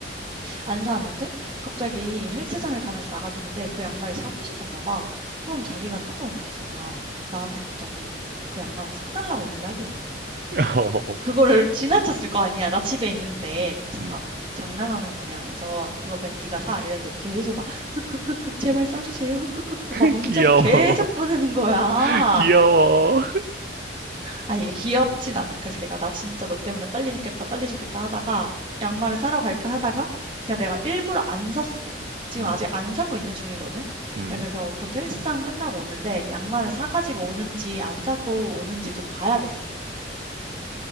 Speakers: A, on the right; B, on the right.
A: 안 사왔는데 갑자기 헬스장을 가면서 나갔는데 그 양말이 사고 싶었나 봐. 그럼 자기가 사서 오면 되잖아. 나한테 갑자기 그 양말을 사달라고 연락이 오는 거야.
B: <laughs> 어,
A: 그거를 <laughs> 지나쳤을 거 아니야. 나 집에 있는데
B: 음,
A: 글쎄가
B: 음.
A: 장난하는 거냐면서 그거 그냥 네가 사 이랬는데 계속 막 흑흑흑흑 제발 사주세요 흑흑흑흑
B: <laughs>
A: 막 문자를
B: 귀여워.
A: 계속 보내는 거야.
B: <laughs> 귀여워.
A: 아 이게 귀엽진 않아. 그래서 내가 나 진짜 너 때문에 빨리 죽겠다, 빨리 죽겠다 하다가 양말을 사러 갈까 하다가 그냥 내가 일부러 안 샀어. 지금
B: 음,
A: 아직 안 사고 있는 중이거든.
B: 음.
A: 내가 그래서 곧 헬스장 끝나고 오는데 양말을 사가지고 오는지 안 사고 오는지 좀 봐야겠어.